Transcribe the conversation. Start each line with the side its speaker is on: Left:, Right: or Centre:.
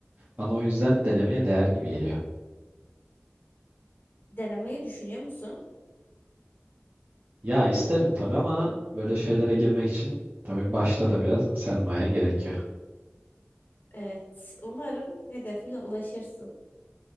Right: Bana o yüzden denemeye değer gibi geliyor.
Left: Denemeyi düşünüyor musun?
Right: Ya isterim tabii ama böyle şeylere girmek için tabii başta da biraz sermaye gerekiyor.
Left: Evet. Umarım hedefine ulaşırsın.